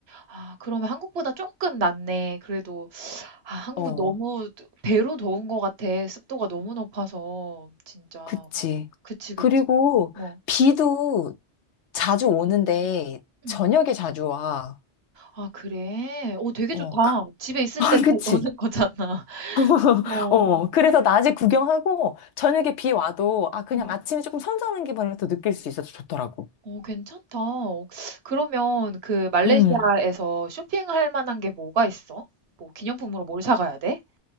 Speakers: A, on the right (about 65°); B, on the left (about 75°).
A: 아, 그러면 한국보다 조금 낫네. 그래도, 아, 한국은
B: 어,
A: 너무 배로 더운 것 같아. 습도가 너무 높아서. 진짜.
B: 그치.
A: 그치, 그치.
B: 그리고
A: 뭐.
B: 비도 자주 오는데
A: 음.
B: 저녁에 자주 와.
A: 아, 그래? 오, 되게
B: 어,
A: 좋다.
B: 그,
A: 집에
B: <laughs>
A: 있을
B: 어,
A: 때 다
B: 그치.
A: 넣는 거잖아. <laughs>
B: <laughs>
A: 어.
B: 어, 그래서 낮에 구경하고 저녁에 비 와도 아, 그냥
A: 음.
B: 아침에 조금 선선한 기분을 또 느낄 수 있어서 좋더라고.
A: 어, 괜찮다. 그러면 그 말레이시아에서
B: 음,
A: 쇼핑할 만한 게 뭐가 있어? 뭐 기념품으로 뭘 사가야 돼?